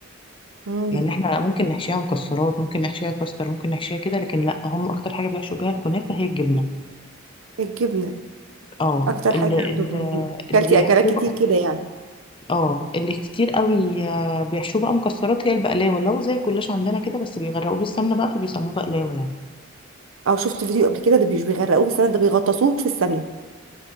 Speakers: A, on the right (about 75°); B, on the left (about 25°).
A: امم
B: يعني احنا ممكن نحشيها مكسرات ممكن نحشيها كاستر ممكن نحشيها كده لكن لا هم أكتر حاجة بيحشوا بيها الكنافة هي الجبنة
A: الجبنة
B: اه
A: اكتر حاجة
B: اللي,
A: عندهم يعني
B: اللي
A: اكلتي
B: بيحشوه
A: اكلات كتير
B: بقى
A: كده يعني
B: اه اللي كتير قوي آه، بيحشوه بقى مكسرات هي البقلاوة اللي هو زي الكلاش عندنا كده بس بيغرقوه بالسمنة بقى فبيسموه بقلاوة يعني
A: او شفت فيديو قبل كده ده مش بيغرقوه بالسمنة ده بيغطسوه في السمنة